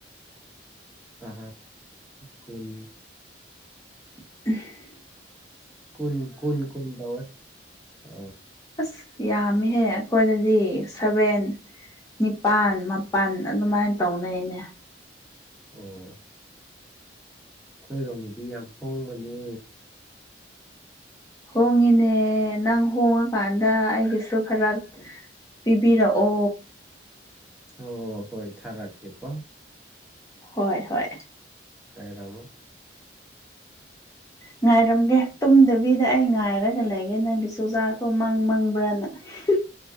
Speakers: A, in the centre; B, on the left.
A: ꯇꯥ ꯀꯨꯟ
B: <unintelligible>
A: ꯀꯨꯟ ꯀꯨꯟ ꯀꯨꯟ ꯇꯧꯋꯦ ꯑ
B: ꯑꯁ ꯌꯥꯝꯃꯤꯍꯦ ꯑꯩꯈꯣꯏꯗꯗꯤ ꯁꯚꯦꯟ ꯅꯤꯄꯥꯟ ꯃꯥꯄꯟ ꯑꯗꯨꯃꯥꯏꯅ ꯇꯧꯅꯩꯅꯦ
A: ꯑꯣ ꯑꯩꯈꯣꯏꯔꯣꯝꯗꯗꯤ ꯌꯥꯝ ꯍꯣꯡꯕꯅꯦ
B: ꯍꯣꯡꯉꯤꯅꯦ ꯅꯪ ꯍꯣꯡꯉꯀꯥꯟꯗ ꯑꯩꯒꯤ ꯁꯨ ꯈꯔ ꯄꯤꯕꯤꯔꯛꯑꯣ
A: ꯑꯣ ꯍꯣꯏ ꯊꯥꯔꯥꯒꯦ ꯀꯣ
B: ꯍꯣꯏ ꯍꯣꯏ
A: ꯂꯩꯔꯥꯝꯃꯣ <unintelligible>
B: ꯉꯥꯏꯔꯝꯒꯦ ꯇꯨꯝꯗꯕꯤꯗ ꯑꯩ ꯉꯥꯏꯔꯒ ꯂꯩꯒꯦ ꯅꯪꯒꯤ ꯆꯨꯖꯥꯛꯇꯣ ꯃꯪ ꯃꯪꯕ꯭ꯔꯅ <unintelligible>